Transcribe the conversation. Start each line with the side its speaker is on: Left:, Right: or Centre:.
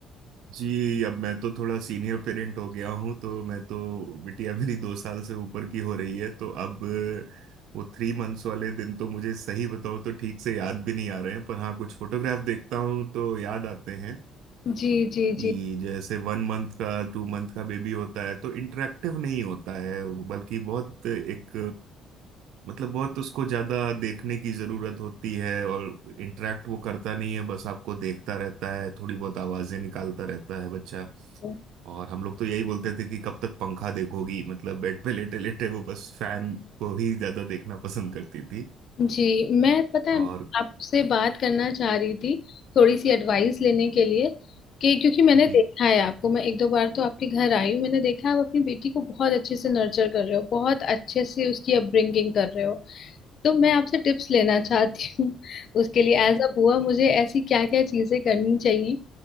Right: जी अब मैं तो थोड़ा सीनियर पेरेंट हो गया हूँ तो मैं तो बिटिया मेरी दो साल से ऊपर की हो रही है तो अब अ, वो थ्री मंथ्स वाले दिन तो मुझे सही बताऊँ तो ठीक से याद भी नहीं आ रहे हैं पर हाँ कुछ फोटोग्राफ देखता हूँ तो याद आते हैं
Left: जी जी
Right: कि जैसे वन मंथ का टू मंथ का बेबी होता है तो इंटरेक्टिव नहीं होता है बल्कि बहुत एक मतलब बहुत उसको ज्यादा देखने की जरूरत होती है और इंटरेक्ट वो करता नहीं है बस आपको देखता रहता है थोड़ी बहुत आवाजें निकालता रहता है बच्चा
Left: जी
Right: और हम लोग तो यही बोलते थे कि कब तक पंखा देखोगी मतलब बेड पे लेटे लेटे वो बस फैन को ही ज्यादा देखना पसंद करती थी
Left: जी मैं पता है
Right: और
Left: आपसे बात करना चाह रही थी थोड़ी सी एडवाइस लेने के लिए कि क्योंकि मैंने
Right: जी
Left: देखा है आपको मैं एक दो बार तो आपके घर आई हूँ मैंने देखा है आप अपनी बेटी को बहुत अच्छे से नर्चर कर रहे हो बहुत अच्छे से उसकी अपब्रिंगिंग कर रहे हो तो मैं आपसे टिप्स लेना चाहती हूँ <laughs> उसके लिए एज अ बुआ मुझे ऐसी क्या क्या चीजें करनी चाहिए